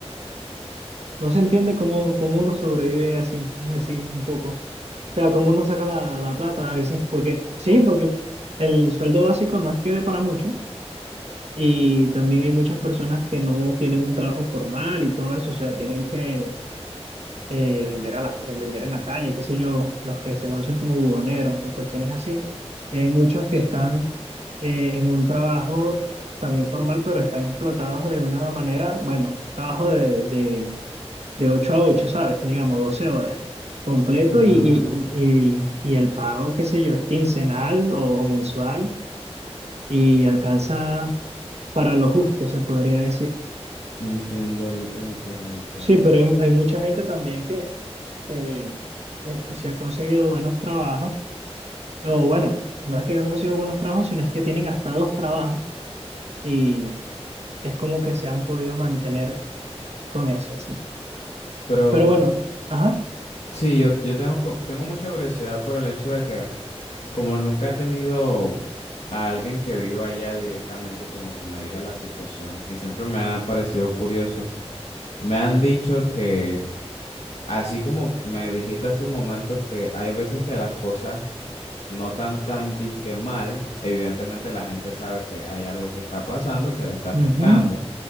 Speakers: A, on the right; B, on the left.
A: no se entiende cómo, cómo uno sobrevive así, así un poco. O sea, como uno saca la, la plata a veces, porque sí, porque el sueldo básico no es que dé para mucho y también hay muchas personas que no tienen un trabajo formal y todo eso, o sea, tienen que eh, vender, a la, eh, vender en la calle, qué sé yo, los que se conocen como buhoneros, y cuestiones así. Y hay muchos que están eh, en un trabajo también formal, pero están explotados de una manera, bueno, trabajo de, de de ocho a ocho ¿sabes? Digamos, 12 horas completo
B: ya
A: y, y, y, y- el pago, qué sé yo, es quincenal o mensual y alcanza para lo justo, se podría decir.
B: entiendo, el- entiendo, entiendo.
A: Sí, pero hay, hay mucha gente también que, eh, este, se ha conseguido buenos trabajos, o bueno, no es que han conseguido buenos trabajos, sino es que tienen hasta dos trabajos y es como que se han podido mantener con eso, así.
B: Pero
A: Pero bueno, ajá,
B: sí, yo, yo tengo, cu- tengo mucha curiosidad por el hecho de que como nunca he tenido a alguien que viva allá directamente, como que me diga la situación, y siempre me ha parecido curioso. Me han dicho que, así como me dijiste hace un momento, que hay veces que las cosas no tan tan disque mal, evidentemente la gente sabe que hay algo que está pasando que le está afectando.
A: ujú,